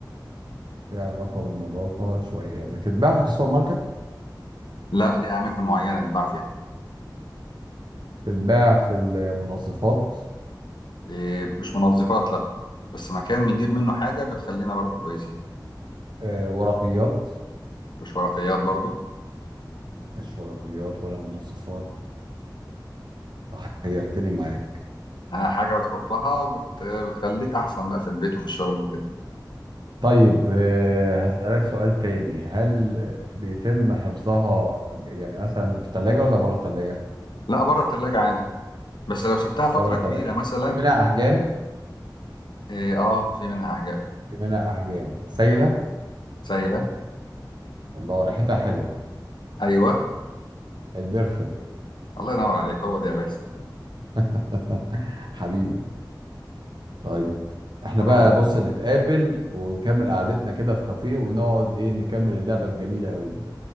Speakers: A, on the right; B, on the left.
A: ليها علاقه بالنظافه شويه بتتباع في السوبر ماركت
B: لا ليه اماكن معينه تتباع فيها
A: بتتباع في المنظفات
B: إيه مش منظفات لا بس مكان بنجيب منه حاجه بتخلينا برضو كويسين
A: أه... ورقيات
B: مش ورقيات برضو
A: مش ورقيات ولا منظفات آه، حيرتني معاك
B: آه، حاجه بتحطها وبت... بتخليك احسن بقى في البيت وفي الشغل وكده
A: طيب آه، هسألك سؤال تاني هل بيتم حفظها يعني مثلا في الثلاجة ولا بره الثلاجة؟
B: لا بره التلاجة عادي بس لو سبتها فتره
A: بره الثلاجة
B: كبيره
A: يعني
B: مثلا
A: في منها أحجام
B: إيه اه في منها احجام
A: في منها أحجام سايلة
B: سايله
A: الله ريحتها حلوة
B: ايوه
A: البرفم
B: الله ينور عليك هو ده يا باشا
A: <laughs> حبيبي طيب احنا
B: انا
A: بقى بص نتقابل ونكمل قعدتنا كده في كافيه ونقعد ايه نكمل اللعبة الجميلة قوي دي